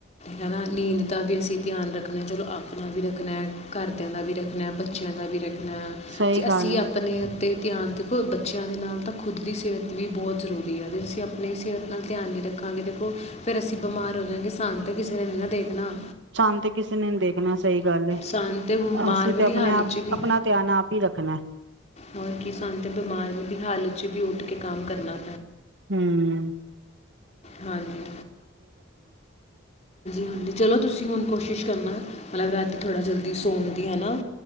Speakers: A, on the left; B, on the right.
A: ਹੈ ਨਾ ਨੀਂਦ ਦਾ ਵੀ ਅਸੀਂ ਧਿਆਨ ਰੱਖਣਾ ਹੈ। ਚਲੋ ਆਪਣਾ ਵੀ ਰੱਖ ਰਖਨਾ। ਐ ਘਰਦਿਆਂ ਦਾ ਵੀ ਰਖਣਾ ਏ ਬੱਚਿਆਂ ਵੀ ਰੱਖ ਹੈ,
B: ਸਹੀ
A: ਜੇ ਅਸੀਂ
B: ਗੱਲ ਹੈ।
A: ਆਪਣੇ ਧਿਆਨ ਦੇਖੋ ਬੱਚਿਆਂ ਦੇ ਨਾਲ ਤਾਂ ਖੁਦ ਦੀ ਸਿਹਤ ਵੀ ਬਹੁਤ ਜ਼ਰੂਰੀ ਹੈ। ਜੇ ਅਸੀਂ ਆਪਣੀ ਸਿਹਤ ਨਾਲ ਧਿਆਨ ਨਹੀਂ ਰੱਖਾਂਗੇ ਦੇਖੋ, ਫਿਰ ਅਸੀਂ ਬਿਮਾਰ ਹੋ ਜਾਵਗੇ ਸਾਨੂੰ ਤਾਂ ਕਿਸੇ ਨੇ ਨਹੀਂ ਨਾ ਦੇਖਣਾ।
B: ਸਾਨੂੰ ਤੇ ਕਿਸੇ ਨੇ ਨੀ ਦੇਖਣਾ ਸਹੀ ਗੱਲ
A: ਸਾਨੂੰ ਤਾਂ ਬਿਮਾਰ
B: ਅਸੀਂ
A: ਵਾਲੀ
B: ਤੇ ਆਪਣੇ
A: ਹਾਲਤ
B: ਆਪ,
A: 'ਚ ਵੀ
B: ਆਪਣਾ ਧਿਆਨ ਆਪ ਹੀ ਰੱਖਣਾ ਹੈ।
A: ਬਲਕਿ ਸਾਨੂੰ ਤੇ ਬਿਮਾਰ ਵਾਲੀ ਹਾਲਤ 'ਚ ਵੀ ਉੱਠ ਕੇ ਕੰਮ ਕਰਨਾ
B: ਹਮ।
A: ਹਾਂਜੀ-ਹਾਂਜੀ। ਹਾਂਜੀ ਚਲੋ ਤੁਸੀਂ ਹੁਣ ਕੋਸ਼ਿਸ਼ ਕਰਨਾ। ਮਤਲਬ ਰਾਤੀ ਥੋੜ੍ਹਾ ਜਲਦੀ ਸੌਣ ਦੀ ਹਨਾ